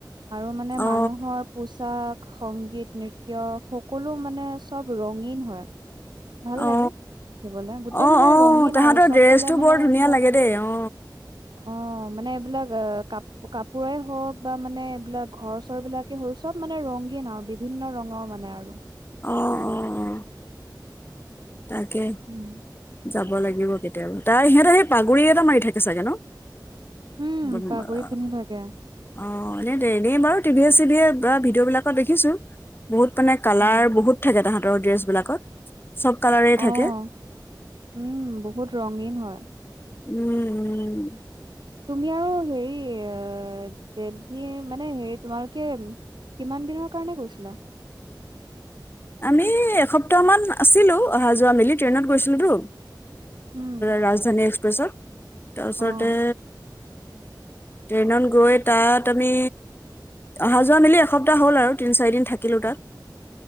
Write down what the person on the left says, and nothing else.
অ
অ
অ অ
তাহাঁতৰ
ড্ৰেছটো
বৰ ধুনীয়া
লাগে দেই অ
অ', অ', অ'। তাকে।
যাব লাগিব কেতিয়াবা তাৰ সিহঁতে সেই পাগুৰি এটা মাৰি থাকে চাগে ন'। <inaudible>
অ', এনেই ডেইলি বাৰু টিভিয়ে চিভিয়ে বা ভিডিঅ' বিলাকত দেখিছো। বহুত মানে কালাৰ
বহুত থাকে তাহাঁতৰ ড্ৰেছ বিলাকত চ'ব কালাৰে
থাকে
উম, উম।
আমি এসপ্তাহ মান আছিলো অহা যোৱা মিলি ট্ৰেইনত গৈছিলোতো।
ৰাজধানী এক্সপ্ৰেছত তাৰপিছতে
ট্ৰেইনত গৈ তাত আমি অহা যোৱা মিলি এসপ্তাহ হ'ল আৰু তিনি চাৰিদিন থাকিলোঁ তাত।